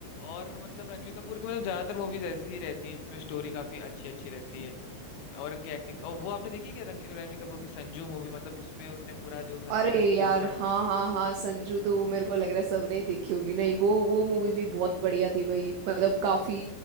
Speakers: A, on the left; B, on the right.
A: और मतलब रणवीर कपूर की मतलब ज्यादातर मूवीज ऐसी ही रहती हैं जिसमें स्टोरी काफी अच्छी अच्छी रहती है और उनकी एक्टिंग और वो आपने देखी है क्या रण- रणवीर कपूर की संजू मूवी मतलब उसमें उनने पूरा जो संजय
B: अरे
A: दत्त
B: यार
A: के ऊपर
B: हाँ हाँ हाँ संजू तो वो मेरे को लग रहा है सबने ही देखी होगी नहीं वो वो मूवी भी बहुत बढ़िया थी भाई मतलब काफी